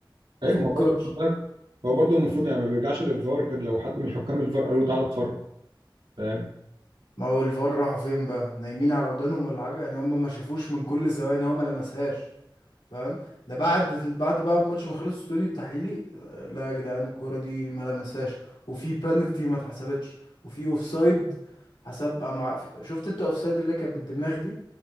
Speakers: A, on the right; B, on the left.
A: ايوه
B: ما فكرش
A: ما هو برضه خد بالك، هو برضه المفروض يعني ما بيرجعش للفار غير لو حد من حكام الفار قال له تعالى اتفرج فاهم
B: ما هو الفار راحوا فين بقى نايمين على ودانهم ولا حاجه يعني هم ما شافوش من كل الزوايا ان هو ما لمسهاش فاهم ده بعد بعد بقى الماتش ما خلص الاستوديو التحليلي آه، لا يا جدعان الكوره دي ما لمسهاش وفي بانالتي ما اتحسبتش وفي اوفسايد حسب أمع... شفت انت اوفسايد اللي كانت بالدماغ دي